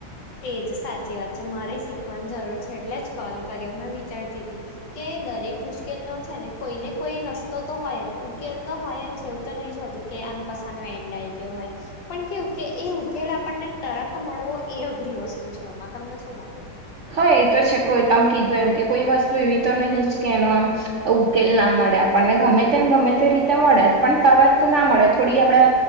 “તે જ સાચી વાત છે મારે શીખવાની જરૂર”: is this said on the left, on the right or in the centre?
Left